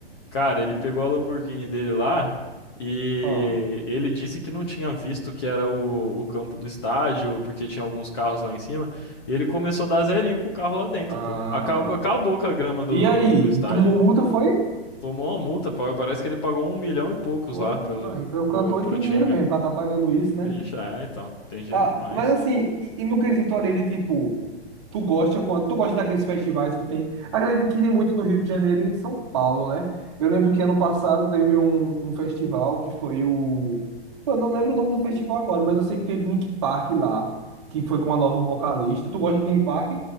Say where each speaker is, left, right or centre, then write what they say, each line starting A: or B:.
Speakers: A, on the left (about 25°); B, on the right (about 25°).
A: Cara, ele pegou a Lamborghini dele lá e
B: Ó.
A: ele disse que não tinha visto que era o, o campo do estádio, porque tinha alguns carros lá em cima. E ele começou a dar zerinho com o carro lá dentro,
B: Ah.
A: pô. Acabou, acabou com a grama do,
B: E aí?
A: do estádio.
B: Tomou multa, foi?
A: Tomou uma multa, pa- parece que ele pagou um milhão e poucos
B: Pô,
A: lá pro,
B: pô, aí, pelo
A: pro,
B: cantor
A: pro
B: ele tem
A: time.
B: dinheiro mesmo pra estar pagando isso,
A: Vixe,
B: né?
A: é, então, tem dinheiro
B: Ah,
A: demais.
B: mas assim, e, e no quesito ali de tipo, tu gosta quando, tu gosta daqueles festivais que tem. Acredito que tem muito no Rio de Janeiro e em São Paulo, né? Eu lembro que ano passado teve um, um festival que foi o. Pô, Eu não lembro o nome do festival agora, mas eu sei que teve Link Park lá, que foi com a nova vocalista. Tu gosta de Link Park?